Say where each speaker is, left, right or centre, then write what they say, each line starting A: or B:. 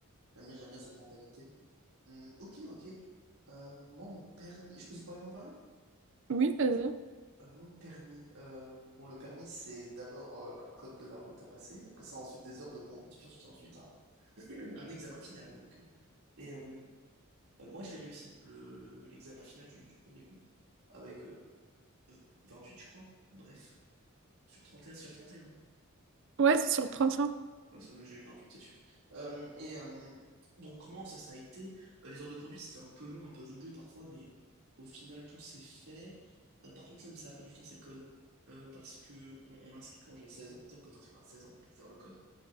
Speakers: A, on the right; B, on the right.
A: J'aime bien, j'aime bien cette mentalité. Hum, ok, ok. Euh, moi, mon permis... Je peux te parler de mon permis?
B: Oui, vas-y.
A: Euh, mon permis. euh, bon, le permis, c'est d'abord euh, un code de la route à passer. Après, c'est ensuite des heures de conduite. Puis ensuite, c'est ensuite un, <clears throat> un examen final, donc. hein. Et euh, euh, moi, je l'ai réussi, le, le- l'examen final du, du premier coup, avec euh, v- 28, je crois. Bref, sur 31 sur trente et un
B: Ouais, c'est sur 35.
A: Ouais, ça doit- j'ai eu 28, c'est sûr. Euh, et euh, donc, non, ça, ça a été. Euh, les heures de conduite, c'était un peu long, un peu rugueux parfois, mais au final, tout s'est fait. Euh, par contre, là où ça a pris du temps, c'est le code. Euh, parce que on, on m'inscrit quand j'ai 16 ans. Tu sais, on peut t'inscrire à 16 ans pour faire le code.